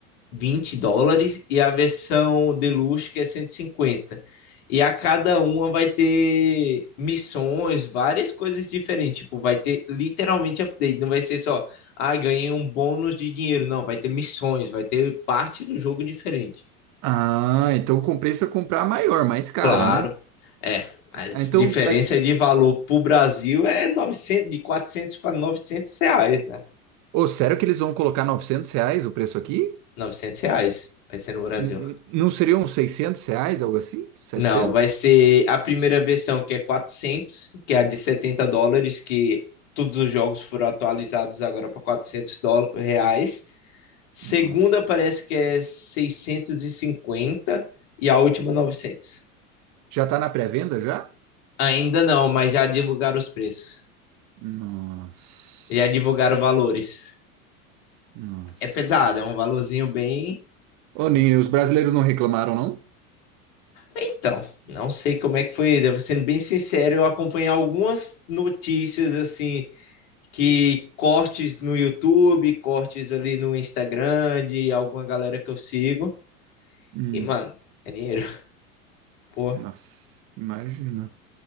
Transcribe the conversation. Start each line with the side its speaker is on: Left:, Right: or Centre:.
Left: vinte dólares, e a versão deluxe, que é cento E cinquenta e a cada uma vai ter missões, várias coisas diferentes. Tipo, vai ter literalmente update. Não vai ser só, ah, ganhei um bônus de dinheiro. Não, vai ter missões, vai ter parte do jogo diferente.
Right: Ah, então compensa comprar a maior, mais cara,
Left: Claro.
Right: né?
Left: É, a
Right: Ah, Então,
Left: diferença
Right: aqui...
Left: de valor para o Brasil é 900, de 400 para 900 reais, né?
Right: Ô, sério que eles vão colocar 900 reais o preço aqui?
Left: 900 reais vai ser no Brasil.
Right: N- n- Não seriam 600 reais, algo assim? 700?
Left: Não, vai ser a primeira versão que é 400, que é a de 70 dólares, que todos os jogos foram atualizados agora para quatrocentos dóla- reais. Segunda
Right: Nossa.
Left: parece que é seiscentos e cinquenta e a última 900.
Right: Já tá na pré-venda já?
Left: Ainda não, mas já divulgaram os preços.
Right: Nossa.
Left: Já divulgaram valores.
Right: Nossa.
Left: É pesado, é um valorzinho bem.
Right: Ô, Ninho, os brasileiros não reclamaram, não?
Left: Então, não sei como é que foi. Devo sendo bem sincero, eu acompanhei algumas notícias assim que cortes no YouTube, cortes ali no Instagram de alguma galera que eu sigo.
Right: Hum,
Left: E, mano, é dinheiro. <laughs> Pô.
Right: nossa, imagina.